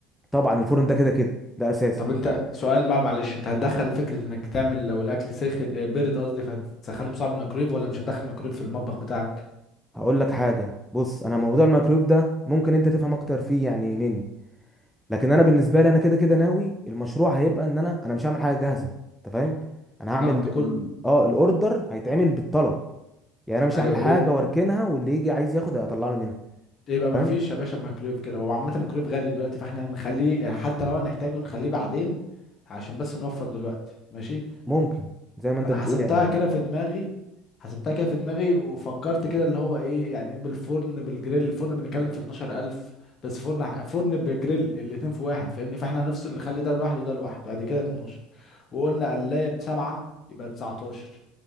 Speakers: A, in the centre; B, on the left.
A: طبعا الفرن ده كده كده ده اساسي
B: طب انت سؤال بقى معلش انت هتدخل فكرة انك تعمل لو الاكل ساخن آه، بارد قصدي فهتسخنه بصعب الميكرويف ولا مش هتدخل ميكرويف في المطبخ بتاعك
A: هقول لك حاجه بص انا موضوع الميكرويف ده ممكن انت تفهم اكتر فيه يعني مني لكن انا بالنسبه لي انا كده كده ناوي المشروع هيبقى ان انا انا مش هعمل حاجه جاهزه انت فاهم انا هعمل
B: اه انت كل
A: ال... اه الاوردر هيتعمل بالطلب يعني انا مش
B: ايوه
A: هعمل حاجه
B: يبقى
A: واركنها واللي يجي عايز ياخد اطلع له منها
B: يبقى ما
A: فاهم
B: فيش يا باشا ميكرويف كده وعامة الميكرويف غالي دلوقتي فاحنا هنخليه آه، حتى لو هنحتاجه نخليه بعدين عشان بس نوفر دلوقتي ماشي
A: ممكن زي ما انت
B: انا
A: بتقول
B: حسبتها
A: يعني
B: كده في دماغي حسبتها كده في دماغي وفكرت كده اللي هو ايه يعني إيه بالفرن بالجريل الفرن بنتكلم في 12000 بس فرن فرن بجريل الاتنين في واحد فاهمني فاحنا هنفصل نخلي ده لوحده وده لوحده بعد كده 12 وقلنا قلاية بسبعة يبقى 19